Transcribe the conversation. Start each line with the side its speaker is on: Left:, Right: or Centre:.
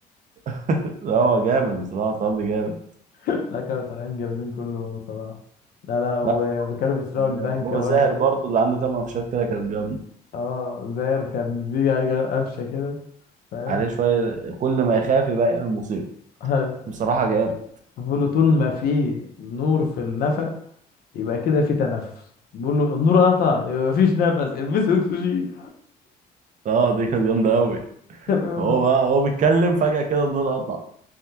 Right: <laughs> لا هو جامد بصراحه طعامي جامد
Left: <laughs> لا كانوا طالعين جامدين كله صراحه لا لا وكانوا
Right: لا كله
Left: بيسرقوا
Right: كان
Left: البنك
Right: جامد هو
Left: برضه
Right: زاهر برضو اللي عنده كام قفشات كده كانت جامد
Left: اه زاير كان في حاجة قفشه كده فاهم
Right: عليه شويه كل ما يخاف يبقى يعمل مصيبه
Left: <laughs>
Right: بصراحه جامد
Left: بقول له طول ما في نور في النفق يبقى كده في تنفس بقول له النور قطع يبقى مفيش نفس البسوا اكسجين
Right: اه دي كانت جامده قوي
Left: <laughs> تمام
Right: هو
Left: ولا
Right: بقى هو بيتكلم فجاه كده النور
Left: لا؟
Right: قطع